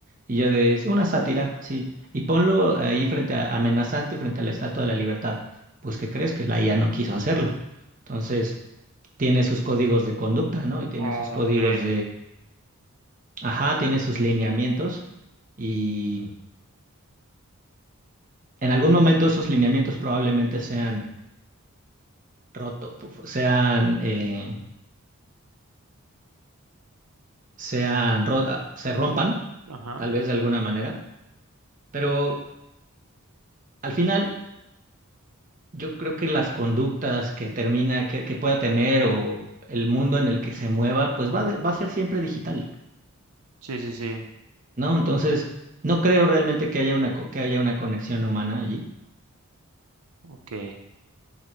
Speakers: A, on the right (about 35°); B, on the right (about 85°).
A: Y yo de, "Es una sátira, sí. Y ponlo ahí frente a, amenazante frente a la Estatua de la Libertad. Pues, ¿qué crees? Que la IA no quiso hacerlo. Entonces, tiene sus códigos de conducta, ¿no? Y tiene
B: Ok.
A: sus códigos Ajá, tiene sus lineamientos y en algún momento esos lineamientos probablemente sean roto, pu- fu- sean, eh, sean ro- ah, se rompan,
B: Ajá.
A: tal vez de alguna manera, pero al final yo creo que las conductas que termina, que, que pueda tener o el mundo en el que se mueva, pues va, de- va a ser siempre digital,
B: Sí, sí, sí.
A: ¿no? Entonces, no creo realmente que haya una, co- que haya una conexión humana allí.
B: Ok.